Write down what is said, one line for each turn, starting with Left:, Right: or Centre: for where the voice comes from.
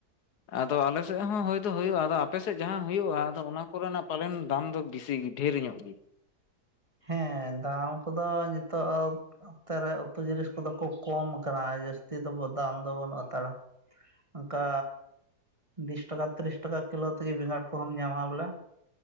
Left: ᱟᱫᱚ ᱟᱞᱮᱥᱮᱫ ᱦᱚᱸ ᱦᱳᱭ ᱫᱚ ᱦᱩᱭᱩᱜᱼᱟ ᱟᱫᱚ ᱟᱯᱮᱥᱮᱫ ᱡᱟᱦᱟᱸ ᱦᱩᱭᱩᱜᱼᱟ ᱟᱫᱚ ᱚᱱᱟ ᱠᱚᱨᱮᱱᱟᱜ ᱯᱟᱞᱮᱱ ᱫᱟᱢ ᱫᱚ ᱵᱤᱥᱤ ᱜᱮ ᱰᱷᱮᱨ ᱧᱚᱜ ᱜᱮ
Right: ᱦᱮᱸ ᱫᱟᱢ ᱠᱚᱫᱚ ᱱᱤᱛᱚᱜ ᱱᱚᱛᱮ ᱨᱮ ᱩᱛᱩ ᱡᱤᱱᱤᱥ ᱠᱚᱫᱚ ᱠᱚ ᱠᱚᱢ ᱟᱠᱟᱱᱟ ᱡᱟᱹᱥᱛᱤ ᱫᱚ ᱫᱟᱢ ᱫᱚ ᱵᱟᱹᱱᱩᱜ ᱦᱟᱛᱟᱲᱟ ᱚᱱᱠᱟ ᱵᱤᱥ ᱴᱟᱠᱟ ᱛᱤᱨᱤᱥ ᱴᱟᱠᱟ ᱠᱤᱞᱳ ᱛᱮᱜᱮ ᱵᱮᱸᱜᱟᱲ ᱠᱚᱦᱚᱸᱢ ᱧᱟᱢᱟ ᱵᱚᱞᱮ